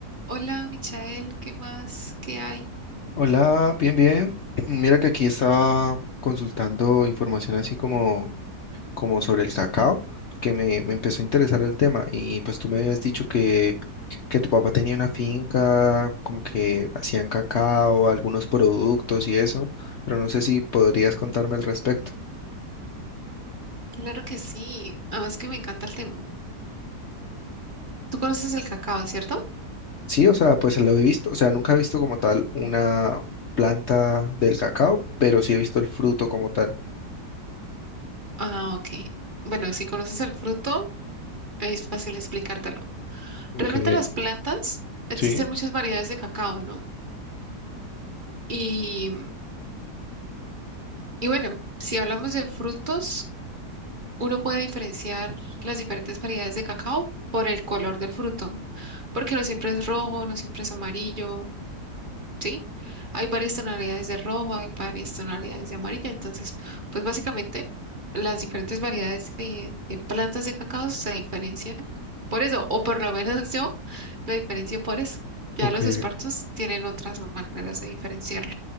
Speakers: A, on the right; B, on the left.
A: Hola, Michael, ¿qué más? ¿Qué hay?
B: Hola, bien, bien. <clears throat> Mira que aquí estaba consultando información así como, como sobre el cacao, porque me, me empezó a interesar el tema y pues tú me habías dicho que, que tu papá tenía una finca, como que hacían cacao, algunos productos y eso, pero no sé si podrías contarme al respecto.
A: Claro que sí, además que me encanta el tema. Tú conoces el cacao, ¿cierto?
B: Sí, o sea, pues lo he visto, o sea, nunca he visto como tal una planta del cacao, pero sí he visto el fruto como tal.
A: Ah, ok. Bueno, si conoces el fruto, es fácil explicártelo.
B: Ok,
A: Realmente las plantas, existen
B: sí,
A: muchas variedades de cacao, ¿no? Y, y bueno, si hablamos de frutos, uno puede diferenciar las diferentes variedades de cacao por el color del fruto, porque no siempre es rojo, no siempre es amarillo. ¿sí? Hay varias tonalidades de rojo, hay varias tonalidades de amarillo, entonces, pues básicamente las diferentes variedades de, de plantas de cacao se diferencian por eso, o por lo menos <laughs> yo lo diferencio por eso. Ya
B: ok.
A: los espartos tienen otras maneras de diferenciarlo.